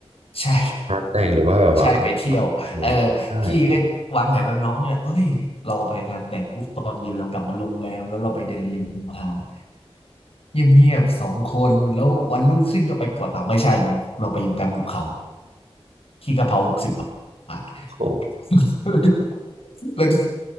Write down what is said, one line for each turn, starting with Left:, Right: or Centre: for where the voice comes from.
Left: ใช่
Right: หานแต่งหรือว่าแบบว่า
Left: ใช่ไปเที่ยวเออ
Right: อืมใช่
Left: พี่ก็วางแผนแบบน้องเนี่ยเอ้ยเราไปงานแต่งปุ๊บตอนเย็นเรากลับมาโรงแรมแล้วเราไปเดินริมหาดเงียบๆ สองคนแล้ววันรุ่งขึ้นก็ไปเกาะเต่าไม่ใช่เราเราไปอยู่กลางหุบเขาขี้กะเพราหกสิบบาท
Right: โอ้
Left: <laughs> แล้วก็